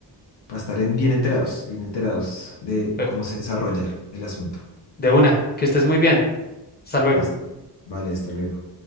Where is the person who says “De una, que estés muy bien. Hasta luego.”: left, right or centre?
Left